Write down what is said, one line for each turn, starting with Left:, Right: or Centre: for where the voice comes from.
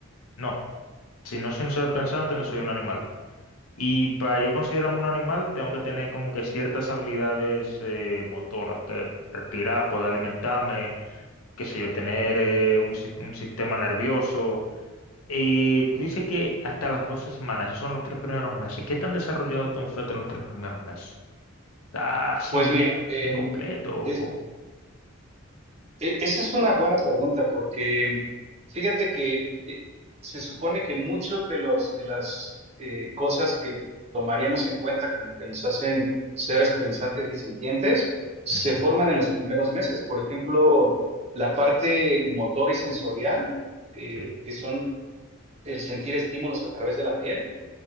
Left: No, si no soy un ser pensante, no soy un animal. Y para yo considerarme un animal, tengo que tener como que ciertas habilidades eh, motoras, que respirar, poder alimentarme, qué sé yo, tener eh, un si- un sistema nervioso eh, tú dices que hasta las 12 semanas, esos son los tres primeros meses. ¿Qué tan desarrollado está un feto en los tres primeros meses? Está así
Right: Pues
Left: bien,
Right: mira, em,
Left: bien completo. o
Right: es-
Left: cómo?
Right: e- esa es una buena pregunta porque fíjate que eh, se supone que muchos de los de las eh, cosas que tomaríamos en cuenta como que nos hacen seres pensantes y sintientes se
Left: Ujú,
Right: forman en los primeros meses. Por ejemplo, la parte motor y sensorial, que
Left: Sí,
Right: que son el sentir estímulos a través de la piel,